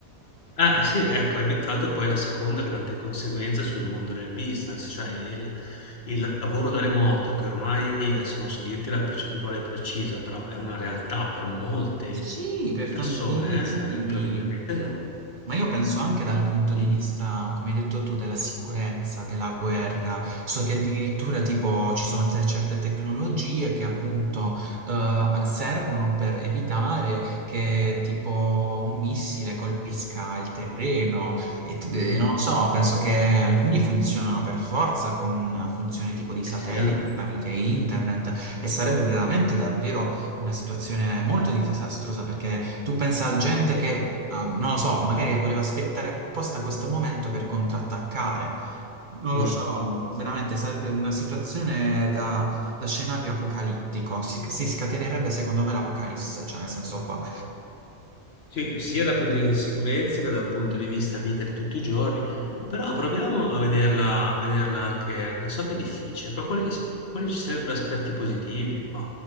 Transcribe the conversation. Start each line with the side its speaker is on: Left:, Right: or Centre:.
Left: Ah, eh, sì, ecco, hai beccato poi la seconda grande conseguenza sul mondo del business, cioè il, il lavoro da remoto, che ormai, eh, se non so dirti la percentuale precisa, però è una realtà per molte
Right: Sì, per
Left: persone,
Right: tantissimi.
Left: eh, improvvisamente.
Right: Ma io penso anche dal punto di
Left: Mm,
Right: vista, come hai detto tu, della sicurezza, della guerra. So che addirittura tipo ci sono te- certe tecnologie che appunto eh, servono per evitare che tipo un missile colpisca il terreno. E, t- e
Left: mm.
Right: non lo so, penso che alcuni funzionano per forza con una funzione tipo di satellite
Left: Eh sì, eh?
Right: tramite internet e sarebbe veramente davvero una situazione molto disastrosa perché tu pensa a gente che, ah, non lo so, magari voleva aspettare apposta questo momento per contrattaccare. Non
Left: Mm.
Right: lo so, veramente sarebbe una situazione da, da scenario apocalittico. Si, si scatenerebbe secondo me l'apocalisse, cioè nel senso qua.
Left: Sì, sia dal punto di vista sicurezza che dal punto di vista vita di tutti i giorni, però proviamo a vederla, a vederla anche, so che è difficile, però quali, si- quali ci sarebbero aspetti positivi? Bah,